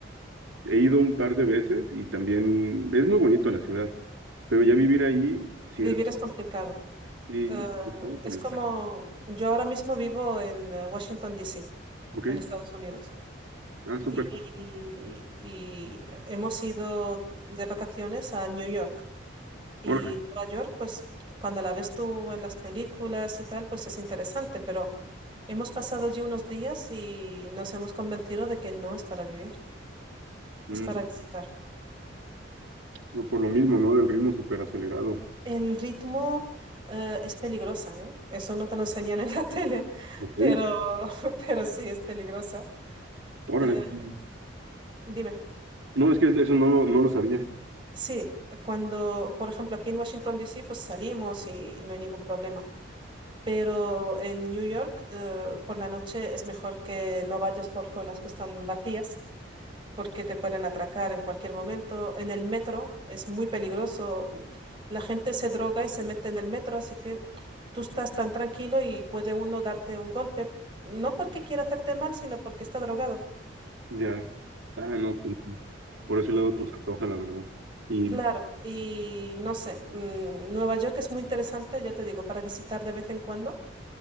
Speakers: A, on the right; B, on the right.
A: he ido un par de veces y también es muy bonito la ciudad, pero ya vivir ahí, sí,
B: vivir
A: el-
B: es complicado.
A: sí,
B: Eh,
A: sobre todo por
B: es
A: el
B: como
A: plan.
B: yo ahora mismo vivo en eh, Washington, D C.
A: Ok,
B: en Estados Unidos.
A: ah, súper,
B: y, y hemos ido de vacaciones a New York. Y
A: órale.
B: Nueva York, pues cuando la ves tú en las películas y tal, pues es interesante, pero hemos pasado allí unos días y nos hemos convencido de que no es para vivir,
A: Mm,
B: es para visitar.
A: no, por lo mismo, ¿no? Del ritmo súper acelerado.
B: El ritmo, eh, es peligrosa, ¿eh? Eso no te lo enseñan en la <laughs> tele,
A: Ok,
B: pero, pero sí es peligrosa.
A: órale.
B: Eh,
A: Mm.
B: dime.
A: No, es que eso no, lo- no lo sabía.
B: Sí, cuando, por ejemplo, aquí en Washington, D. C. pues salimos y, y no hay ningún problema. Pero en New York, eh, por la noche es mejor que no vayas por zonas que están vacías, porque te pueden atracar en cualquier momento. En el metro es muy peligroso. mm, La gente se droga y se mete en el metro, así que tú estás tan tranquilo y puede uno darte un golpe, no porque quiera hacerte mal, sino porque está drogado.
A: Ya, ah, no, pues, por ese
B: Y,
A: lado pues se antoja, la verdad. Y
B: Claro, y no sé, mm, Nueva York es muy interesante, ya te digo, para visitar de vez en cuando,